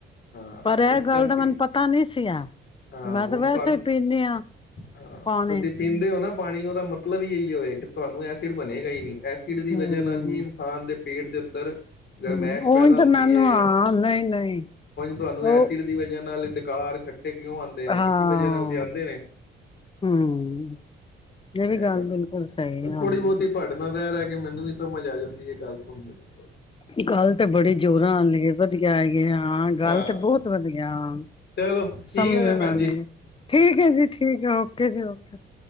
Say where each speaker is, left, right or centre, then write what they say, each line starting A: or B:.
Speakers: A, on the left; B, on the left.
A: ਹਾਂ
B: ਪਰ ਇਹ
A: ਇਸ
B: ਗੱਲ
A: ਕਰਕੇ
B: ਦਾ ਮੈਨੂੰ ਪਤਾ ਨਹੀਂ ਸੀ ਆ
A: ਹਾਂ
B: ਮੈਂ
A: ਹੁਣ
B: ਤਾਂ ਵੈਸੇ
A: ਤੁਹਾਨ
B: ਹੀ ਪੀਂਦੀ ਹਾਂ
A: ਹਾਂ
B: ਪਾਣੀ
A: ਤੁਸੀਂ ਪੀਂਦੇ ਹੋ ਨਾ ਪਾਣੀ ਉਹਦਾ ਮਤਲਬ ਹੀ ਇਹੀ ਹੋਏ ਕਿ ਤੁਹਾਨੂੰ ਐਸਿਡ ਬਣੇਗਾ ਹੀ ਨਹੀਂ ਐਸਿਡ ਦੀ ਵਜ੍ਹਾ
B: ਹਮ
A: ਨਾਲ ਹੀ ਇਨਸਾਨ ਦੇ ਪੇਟ ਦੇ ਅੰਦਰ ਗਰਮਾਇਸ਼
B: ਹਮ,
A: ਪੈਦਾ
B: ਉਹੀ ਤਾਂ
A: ਹੁੰਦੀ
B: ਮੈਨੂੰ
A: ਹੈ
B: ਹਾਂ ਨਹੀਂ ਨਹੀਂ
A: ਤੁਹਾਨੂੰ ਐਸਿਡ
B: ਉਹ
A: ਦੀ ਵਜਾ ਨਾਲ ਡਿਕਾਰ ਖੱਟ ਤੇ ਕਿਉਂ ਆਂਦੇ ਨੇ
B: ਹਾਂ
A: ਇਸੀ ਵਜ੍ਹਾ ਨਾਲ ਤੇ ਆਂਦੇ ਨੇ,
B: ਹਮ ਇਹ
A: ਮੈਂ
B: ਵੀ
A: ਗੱਲ,
B: ਬਿਲਕੁਲ ਸਹੀ ਹਾਂ
A: ਥੋੜ੍ਹੀ ਬੋਤੀ ਤੁਹਾਡੇ ਨਾਲ ਰੇਹ ਰੇਹ ਕੇ ਮੈਨੂੰ ਵੀ ਸਮਝ ਆ ਜਾਂਦੀ ਏ ਗੱਲ ਸੁਣਦੇ
B: ਨੀ ਗੱਲ ਤੇ ਬੜੀ ਜ਼ੋਰਾ ਆਲੀ ਏ, ਵਧੀਆ ਹੇਗੀ ਏ, ਹਾਂ। ਗੱਲ
A: ਹਾਂ
B: ਤੇ ਬਹੁਤ ਵਧੀਆ, ਆਂ।
A: ਚਲੋ ਠੀਕ
B: ਸਮਝਨ
A: ਹੈ ਫਿਰ ਭੈਣ
B: ਨਾਲ
A: ਜੀ
B: ਏ। ਠੀਕ ਏ ਜੀ, ਠੀਕ ਏ, ਓਕੇ ਜੀ, ਓਕੇ। <inaudible>